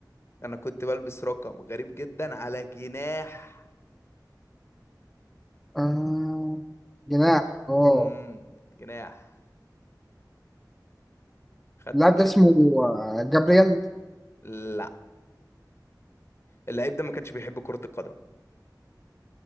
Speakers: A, on the left; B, in the centre.
A: انا كنت بلبس رقم غريب جدا على جناح
B: آه... جناح اه
A: امم جناح خدت
B: اللاعب
A: تشي
B: ده اسمه آه، جابرييل
A: لا اللعيب ده ما كانش بيحب كرة القدم